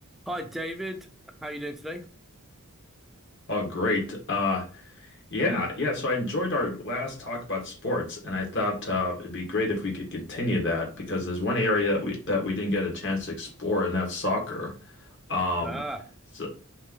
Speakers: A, in the centre; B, on the left (about 55°).
A: Hi David, how are you doing today?
B: Oh, great. Uh, yeah, yeah. So I enjoyed our last talk about sports, and I thought uh, it'd be great if we could continue that because there's one area that we that we didn't get a chance to explore, and that's soccer. Um,
A: Ah,
B: so